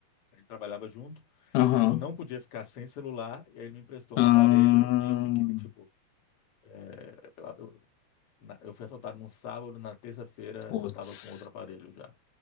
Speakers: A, on the left; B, on the left.
A: ele trabalhava junto,
B: Aham.
A: eu não podia ficar sem celular, e aí ele me emprestou
B: Hum,
A: um aparelho e eu fiquei, tipo, é, eu, eu- na- eu fui assaltado num sábado, na terça-feira
B: putz.
A: eu tava com outro aparelho já.